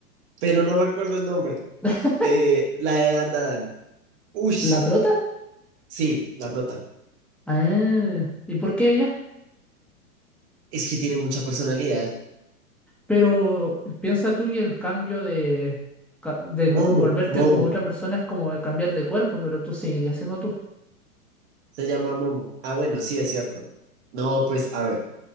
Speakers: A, on the right; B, in the centre.
A: pero no me acuerdo el nombre.
B: <laughs>
A: Eh, la de Dan Dan. Uy,
B: ¿La prota?
A: sí, la nota.
B: Ah, ¿y por qué ella?
A: Es que tiene mucha personalidad.
B: Pero piensa tú que el cambio de, ca- de ca-
A: Momo,
B: volverte
A: Momo,
B: como otra persona es como cambiar de cuerpo, pero tú seguirías siendo tú.
A: se llama Momo. Ah, bueno, sí, es cierto. No, pues, a ver,